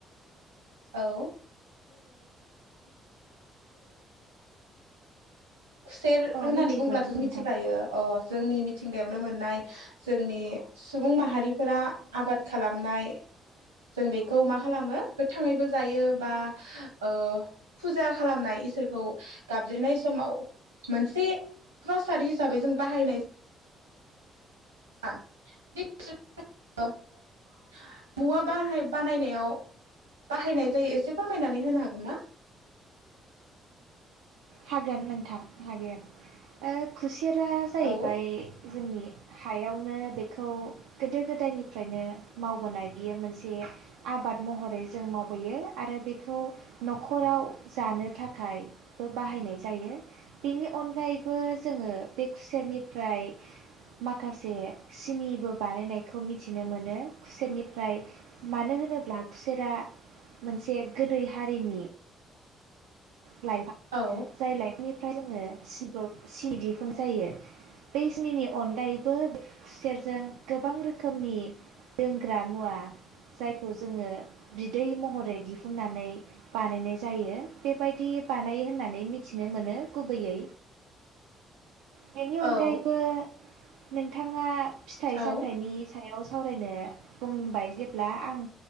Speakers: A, on the right (about 85°); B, on the right (about 70°).
A: औ। खुसेर
B: औ
A: होननानै
B: मिथिगौ
A: बुङोब्लाथ'
B: नोंथां
A: मिथिखायो ओ जोंयि मिथिंगायावनो मोननाय जोंनि सुबुं माहारिफ्रा आबाद खालामनाय जों बिखौ मा खालामो गोथांयैबो जायो बा ओ पुजा खालामनाय इसोरखौ गाबज्रिनाय समाव मोनसे प्रसाद हिसाबै जों बाहायनाय <unintelligible> मुबा बाहाय बानायनायाव बाहायनाय जायो एसे फोरमायना होनो हागोन ना?
B: हागोन नोंथां हागोन। खुसेरा जाहैबाय
A: औ
B: जोंनि हायावनो बिखौ गोदो गोदायनिफ्रायनो मावबोनाय बियो मोनसे आबाद महरै जों मावबोयो आरो बिखौ न'खराव जानो थाखाय बाहायनाय जायो बिनि अनगायैबो जोङो बे खुसेरनिफ्राय माखासे बे सिनिबो बानायनायखौ मिथिनो मोनो खुसेरनिफ्राय मानो होनोब्ला खुसेरा मोनसे गोदै हारिनि लाइफ
A: औ
B: जाय लाइफनि फ्राय जोङो <unintelligible> जायो बे सिनिनि अनगायैबो खुसेरजों गोबां रोखोमनि लोंग्रा मुवा जायखौ जोङो बिदै महरै दिहुननानै बानायनाय जायो बे बायदि बानायो होननानै मिथिनो मोनो गुबैयै। बेनि अनगायैबो
A: औ
B: नोंथाङा फिथाइ
A: औ
B: सामथाइनि सायाव सावरायनो बुंबाय जेब्ला आं